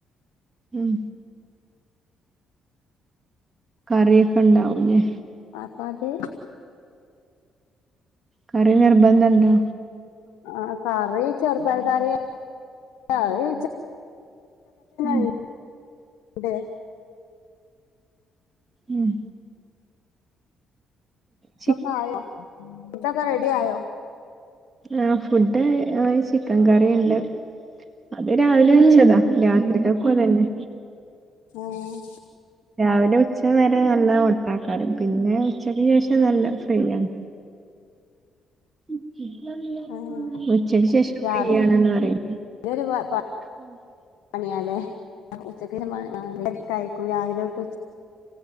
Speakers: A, on the right; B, on the left.
A: ഉം കറിയൊക്കെ ഇണ്ടാവുലെ
B: അപ്പത്
A: കറി നിർബന്ധണ്ടോ
B: ആഹ് കറി ചെറുപയർ കറിയാ <inaudible> അഹ് വെച
A: ഉം
B: <inaudible> <inaudible>
A: ഉം ചി
B: പ്പക്കായോ തൊക്കെ റെഡി ആയോ
A: ആ ഫുഡ് ആ ചിക്കൻ കറി ഇണ്ട് അത് രാവിലെ വെച്ചതാ രാത്രിക്കക്കും അതന്നെ
B: ആഹ്
A: രാവിലെ ഉച്ചനേരം നല്ല മട്ടാക്കാരം പിന്നെ ഉച്ചക്ക് ശേഷം നല്ല ഫ്രീയാണ് <inaudible>
B: ആഹ്
A: ഉച്ചക്ക് ശേഷം
B: രാവിലെ
A: ഫ്രീയാണ് ന്ന്പറിം
B: <unintelligible>
A: <inaudible>
B: പണിയാലേ <unintelligible> ഉച്ചക്ക് <unintelligible> തെരക്കായിക്കും <unintelligible> രാവിലൊട്